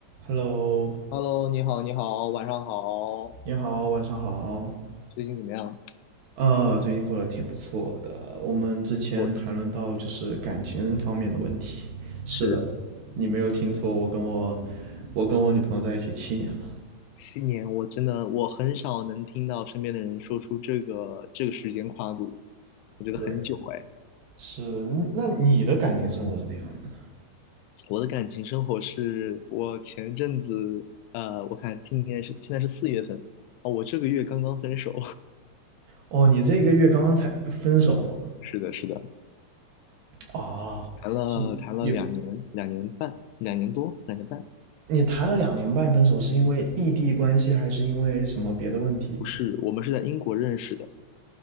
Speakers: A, on the right; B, on the left.
A: Hello，
B: Hello，你好，你好，晚上好，
A: 你好，晚上好。
B: 最近怎么样？
A: 呃，最近过得挺不错的。我们之前谈论到就是感情方面的问题。
B: 我的
A: 是的，
B: 是
A: 你没有听错，我跟我我跟我女朋友在一起七年了。
B: 七年，我真的我很少能听到身边的人说出这个这个时间跨度，我觉得很久哎。
A: 对，是。嗯那你的感情生活是怎样的？
B: 我的感情生活是我前阵子，呃，我看今年是现在是四月份哦，我这个月刚刚分手，
A: 哦，你这个月刚刚才分手吗？
B: <laughs> 是的，是的，
A: 啊，
B: 谈了谈了两年，
A: 是有
B: 两年半，两年多，两年半。
A: 你谈了两年半分手，是因为异地关系，还是因为什么别的问题？
B: 嗯，不是，我们是在英国认识的，